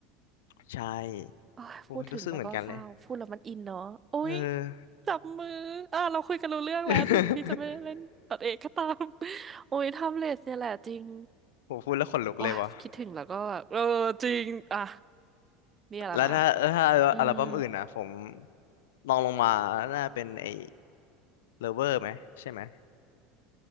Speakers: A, on the left (about 85°); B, on the right (about 25°).
A: ใช่
B: เอ้ยพูดถึงแล้วก็เศร้าพูดแล้วมันอินเนาะโอ้ย
A: โอ้รู้สึกเหมือนกันเลยเออ
B: จับมืออ่ะเราคุยกันรู้เรื่องแล้วถึงพี่จะไม่ได้เล่นตัดเอกก็ตาม
A: <laughs>
B: <laughs> โอ้ยแท็บเล็ตเนี่ยแหละจริง
A: ผมพูดแล้วขนลุกเลยวะ
B: โอ้ยคิดถึงแล้วก็เออจริงอ่ะเนี่ยแหละนะ
A: แล้วถ้าถ้าอัลบั้มอื่นอะผม
B: อืม
A: ลองลงมาน่าเป็นไอ้ Lover ไหมใช่ไหม